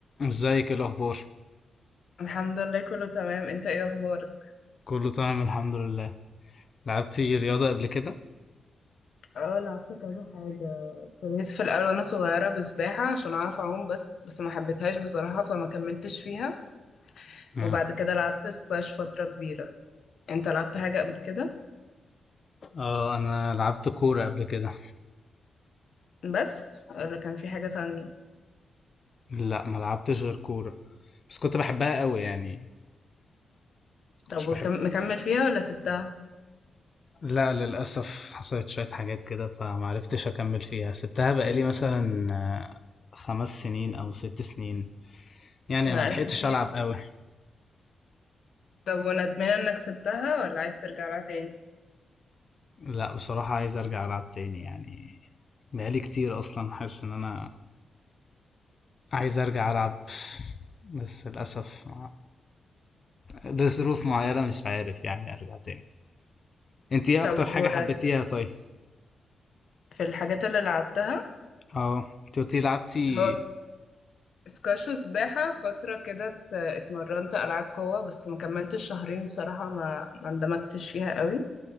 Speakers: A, on the left; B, on the left.
A: ازيك ايه الاخبار
B: الحمد لله كله تمام انت ايه اخبارك
A: كله تمام الحمد لله لعبتي رياضة قبل كده
B: اه لعبت كذا حاجة جيت ابتديت في الاول وانا صغيره بسباحه عشان اعرف اعوم بس بس ما حبيتهاش بصراحه فما كملتش فيها
A: مم.
B: وبعد كده لعبت سكواش فتره كبيره انت لعبت حاجه قبل كده
A: اه انا لعبت كورة قبل كده
B: بس ولا كان في حاجه تانية
A: لا ما لعبتش غير كورة بس كنت بحبها قوي يعني كنتش
B: طب وكم...
A: بحب
B: مكمل فيها ولا سبتها
A: لا للاسف حصلت شوية حاجات كده فمعرفتش اكمل فيها سبتها بقالي مثلا آه، خمس سنين او ست سنين يعني
B: بقالك
A: ما لحقتش
B: كتير
A: العب
B: يعني
A: قوي
B: طب وندمان انك سبتها ولا عايز ترجع لها تاني
A: لا بصراحة عايز ارجع العب تاني يعني بقالي كتير اصلا حاسس ان انا عايز ارجع العب بس للاسف لظروف معينة مش عارف يعني ارجع تاني انت ايه
B: طب
A: اكتر حاجة
B: و-
A: حبيتيها طيب
B: في الحاجات اللي لعبتها
A: اه انت قلتي لعبتي
B: هو سكاش وسباحة فترة كده ات- اتمرنت ألعاب قوة بس ما كملتش شهرين بصراحة ما ما اندمجتش فيها قوي